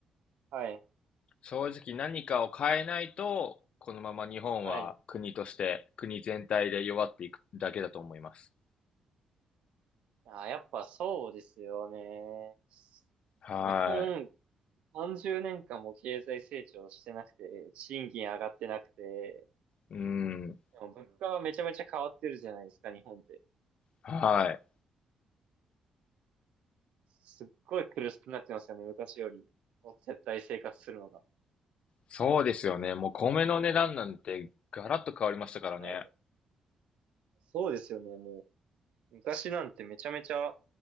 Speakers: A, on the right; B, on the left.
A: はい、
B: 正直何かを変えないと、このまま日本は国として、
A: はい。
B: 国全体で弱っていくだけだと思います。
A: あー、やっぱそうですよね。
B: は
A: 日本30年間も経済成長してなくて、賃金上がってなくて、
B: い。うん。
A: でも物価はめちゃめちゃ変わってるじゃないですか、日本って。
B: はい。
A: すっごい苦しくなってますよね、昔より。絶対生活するのが。
B: そうですよね。もう米の値段なんてガラッと変わりましたからね。
A: はい。そうですよね、もう。昔なんてめちゃめちゃ、